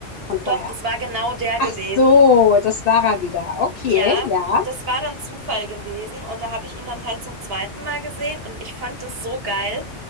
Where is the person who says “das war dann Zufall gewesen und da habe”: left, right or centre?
Right